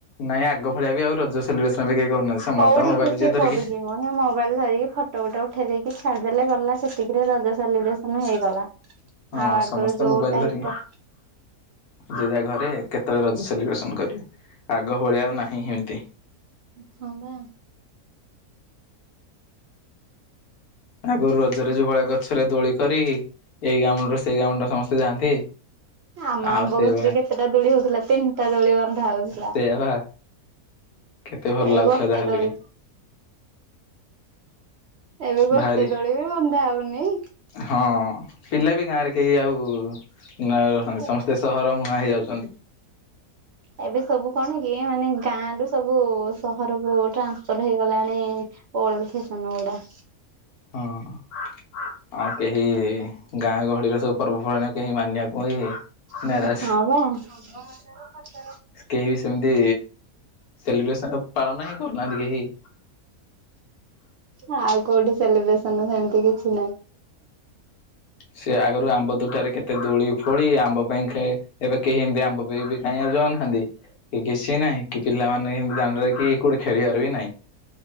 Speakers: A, on the left; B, on the right.
A: ନାଇଁ ଆଗ ଭଳିଆ ବି ଆଉ ରଜ ସେଲିବ୍ରେସନ ବି କେହି କରୁନାହାନ୍ତି। ସମସ୍ତେ
B: କୋଉଠି
A: ମୋବାଇଲ
B: କିଏ କିଏ
A: ଯିଏ ଧରିକି
B: କରୁଚିମ ମୋବାଇଲ ଧରିକି ଫ ଫଟୋ ଗୋଟେ ଉଠେଇ ଦେଇକି ଛାଡିଦେଲେ ଗଲା ସେତିକିରେ ରଜ ସେଲିବ୍ରେସନ ହେଇଗଲା।
A: ହଁ
B: ଆଉ ଆଗରୁ
A: ସମସ୍ତେ
B: ଯୋଉ
A: ମୋବାଇଲ
B: ଟାଇପର
A: ଧରିକି ଯିଏ ଯାହା ଘରେ କେତେବେଳେ ରଜ ସେଲିବ୍ରେସନ କରିବେ ଆଗ ଭଳିଆ ଆଉ ନାହିଁ ହେନ୍ତୀ।
B: ହଁ ବା।
A: ଆଗରୁ ରଜରେ ଯଉ ଭଳିଆ ଗଛରେ ଦୋଳି କରି ଏଇ ଗାମରୁ ସେ ସେଇ ଗାଁ ମୁଣ୍ଡ ସମସ୍ତେ ଯାଆନ୍ତି।
B: ଆମ
A: ଆଉ
B: ଆମ୍ବଗଛରେ
A: ସେଇଭଳିଆ
B: କେତେଟା ଦୋଳି ହଉଥିଲା ତିନିଟା ଦୋଳି ବନ୍ଧା ହଉଥିଲା।
A: ସେଇଆ ବା କେତେ ଭଲ
B: ଏ
A: ଲାଗୁଥିଲା
B: ଗୋଟେ
A: ଯାହାହେଲେ
B: ଦୋଳି।
A: ବି
B: ଏବେ ଗୋଟେ
A: ଭାରି
B: ଦୋଳି ବି ବନ୍ଧା ହଉନି।
A: ହଁ ପିଲା ବି ଗାଁରେ କେହି ଆଉ ନାହା
B: ଏ
A: ସମସ୍ତେ। ସେ ସହର ମୁହାଁ ହେଇଯାଉଛନ୍ତି।
B: ଏବେ ସବୁ କଣ କି ମାନେ ଗାଁରୁ ସବୁ ସହରକୁ ଟ୍ରାନ୍ସଫର ହେଇଗଲାଣି। ଓଲ୍ଡ ଫେସନ ଗୁଡା।
A: ହଁ ଆଉ କେହି ଗାଁ ଗହଳିର ସବୁ ପର୍ବପର୍ବାଣି କେହି ମାନିବାକୁ ହିଁ
B: ହୁଁ
A: ନାରାଜ
B: ଆଉ କଣ।
A: କେହି ବି ସେମିତି ସେଲିବ୍ରେସନ ପାଳନ ହିଁ କରୁନାହାନ୍ତି କେହି।
B: ଆଉ କୋଉଠି ସେଲିବ୍ରେସନ ସେମିତି କିଛି ନାହିଁ।
A: ସେ ଆଗରୁ ଆମ୍ବ ତୋଟାରେ କେତେ ଦୋଳି ଫୋଳି ଆମ୍ବ ପାଇଁ ଖେଁ ଏବେ କେହି ଏମିତି ଆମ୍ ଆମ୍ବ ପେଇ କେ ଆଉଚନ୍ତି ନାହାନ୍ତି କି କିଛି ନାହିଁ। କି ପିଲାମାନେ ହେମ୍ ତି ଦାଣ୍ଡରେ କି କୋଉଠୀ ଖେଳିବାର ବି ନାଇଁ।